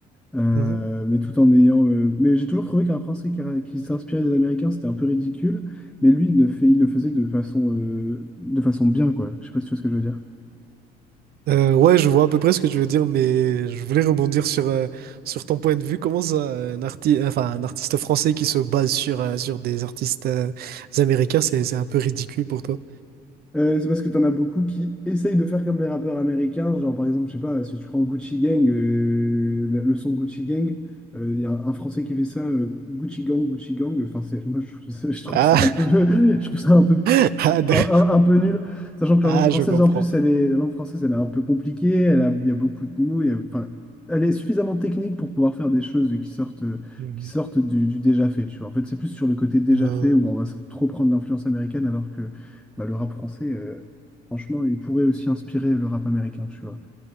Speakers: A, in the centre; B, on the right.
A: euh,
B: mhm.
A: mais tout en ayant. euh, mais j'ai toujours trouvé qu'un Français qui, qui s'inspirait des Américains, c'était un peu ridicule, mais lui, il le fait, il le faisait de façon, euh, de façon bien, quoi. Je sais pas si tu vois ce que je veux dire.
B: Euh, ouais, je vois à peu près ce que tu veux dire, mais je voulais rebondir sur, euh, sur ton point de vue. Comment ça, un arti- enfin, un artiste français qui se base sur, euh, sur des artistes euh, américains, c'est, c'est un peu ridicule pour toi.
A: Euh, c'est parce que t'en as beaucoup qui essayent de faire comme les rappeurs américains, genre par exemple, je sais pas, si tu prends Gucci Gang, euh, le le son Gucci Gang, euh, il y a un, Français qui fait ça, euh, Gucci Gang, Gucci Gang, enfin c'est, moi je, trouve ça je trouve
B: Ah,
A: ça un peu, <laughs> je trouve ça un peu
B: <laughs> ah, d'accord.
A: un, un- un peu nul, sachant que
B: Ah,
A: la langue française,
B: je comprends.
A: en plus, elle est, la langue française, elle est un peu compliquée, elle a, il y a beaucoup de mots, il y a- enfin, elle est suffisamment technique pour pouvoir faire des choses qui sortent,
B: Mhm.
A: qui sortent du, du déjà fait, tu vois. En fait, c'est plus sur le côté déjà
B: Euh,
A: fait où on va s- trop prendre l'influence américaine, alors que bah, le rap français, euh, franchement, il pourrait aussi inspirer le rap américain, tu vois.